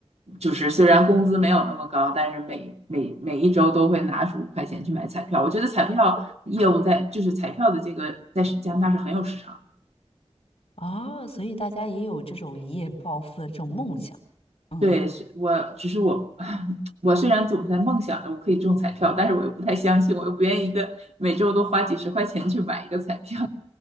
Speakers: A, on the right (about 80°); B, on the left (about 60°).
A: 就是虽然工资没有那么高，但是每每每一周都会拿出五块钱去买彩票。我觉得彩票业务在就是彩票的这个在加拿大是很有市场的。
B: 啊，所以大家也有这种一夜暴富的这种梦想。嗯，
A: 对，是我只是我，<clears throat> <laughs> 我虽然总在梦想着我可以中彩票，但是我又不太相信，我又不愿意一个每周都花几十块钱去买一个彩票。